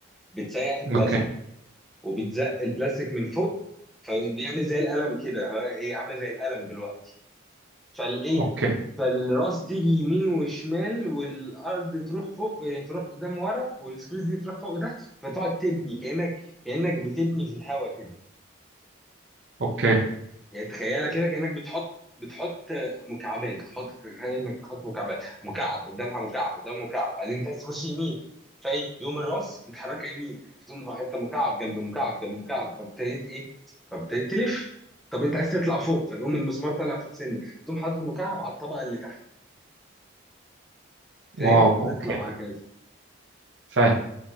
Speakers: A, in the centre; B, on the right.
A: بتسيح البلاستيك
B: اوكي
A: وبتزق البلاستيك من فوق فبيعمل زي القلم كده هو- هي عامله زي القلم دلوقتي فالايه
B: اوكي
A: فالراس تيجي يمين وشمال والارض تروح فوق إيه، تروح قدام ورا والسبيس دي تروح فوق وتحت فتقعد تبني كانك كانك بتبني في الهواء كده
B: اوكي
A: يعني تخيلها كده كانك بتحط بتحط مكعبات تحط تخيل انك بتحط مكعبات مكعب قدامها مكعب قدام مكعب بعدين انت عايز تخش يمين فايه يقوم الراس متحركه يمين فتقوم حته مكعب جنب مكعب جنب مكعب فابتديت ايه فابتديت تلف طب انت عايز تطلع فوق فيقوم المسمار طالع فوق سنه تقوم حاطط مكعب على الطبقه اللي تحت فاهم
B: واو
A: وتطلع
B: اوكي
A: وهكذا
B: فاهم